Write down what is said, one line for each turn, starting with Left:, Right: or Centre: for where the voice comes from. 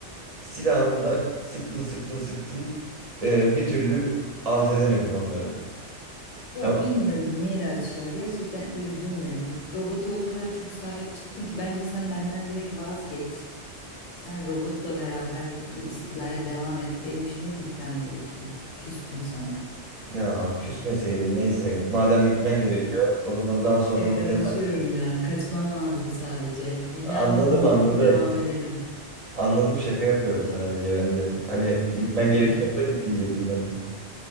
Right: silahında sıktın sıktın sıktın Ee, bir türlü alt edemedin onları.
Left: Ya
Right: Tamam.
Left: bilmiyorum Miraç ya gerçekten üzdün beni. Robota o kadar çok sahip çıktın ki bence sen benden direkt vazgeç. Sen robotla beraber bu istilaya devam et. Benim şimdi gitmem gerekiyor. Küstüm sana.
Right: Ya küsmeseydin neyse madem gitmen gerekiyor o zaman daha sonra
Left: Şakalaşıyorum
Right: bu tema.
Left: ya. Kaçmam lazım sadece. Yine
Right: Anladım
Left: ama bu muhabbete
Right: anladım.
Left: devam edelim.
Right: Anladım şaka yapıyorum sadece ben de. Hani gitmen gerekiyorsa
Left: Tamam.
Right: git diyecektim ben de.